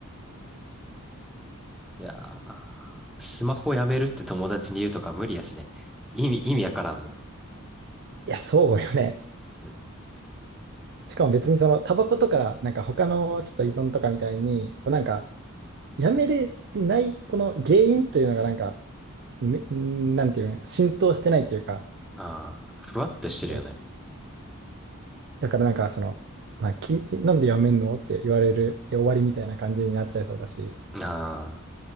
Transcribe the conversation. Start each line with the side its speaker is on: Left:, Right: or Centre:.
Centre: いやー、スマホやめるって友達に言うとか無理やしね。意味、意味やからんもん。
Right: や、そうよね。
Centre: うん。
Right: しかも別にそのタバコとか、なんか他のちょっと依存とかみたいに、こうなんかやめれないこの原因というのがなんか、めなんていうん浸透してないというか、
Centre: ああ、ふわっとしてるよね。
Right: そう。だからなんかその、まあ、君なんでやめんのって言われるで終わりみたいな感じになっちゃいそうだし、
Centre: ああ、